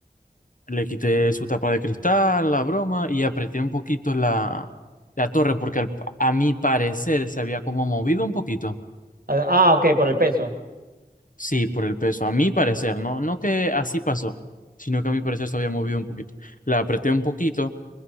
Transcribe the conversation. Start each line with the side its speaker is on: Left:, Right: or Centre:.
Left: le quité su tapa de cristal, la broma, y apreté un poquito la, la torre, porque al- a mi parecer se había como movido un poquito.
Right: Ah, ah, ok, por el peso.
Left: Sí, por el peso, a mi parecer, no, no que así pasó, sino que a mi parecer se había movido un poquito. La apreté un poquito